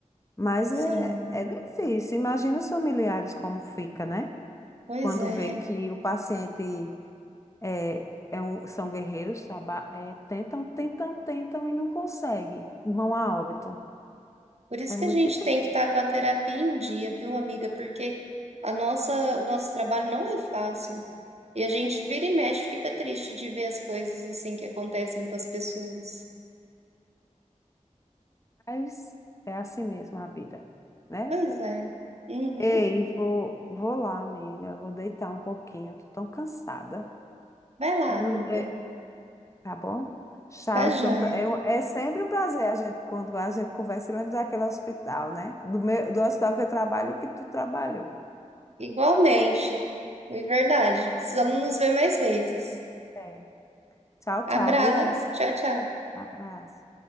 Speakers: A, on the left; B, on the right.
A: Mas
B: Sim,
A: é, é difícil. Imagina os familiares como fica, né?
B: pois
A: Quando
B: é.
A: vê que o paciente é, é um- são guerreiros, traba- é, tentam, tentam, tentam e não conseguem, vão a óbito.
B: Por isso
A: É
B: que
A: muito
B: a gente
A: difícil.
B: tem que estar com a terapia em dia, viu, amiga? Porque a nossa, o nosso trabalho não é fácil. E a gente vira e mexe, fica triste de ver as coisas assim que acontecem com as pessoas.
A: Mas é assim mesmo a vida, né?
B: Pois é. Uhum.
A: Ei, vou, vou lá, amiga. Vou deitar um pouquinho. Tô tão cansada.
B: Vai lá,
A: Eu não-
B: amiga.
A: é, tá bom? Tchau.
B: Tá joia.
A: Foi um pra- é, é sempre um prazer a gente, quando a gente conversa e lembra daquele hospital, né? Do meu, do hospital que eu trabalho, que tu trabalhou.
B: Igualmente. É verdade. Precisamos nos ver mais vezes.
A: É. Tchau,
B: Abraço.
A: tchau, viu?
B: Tchau, tchau.
A: Abraço.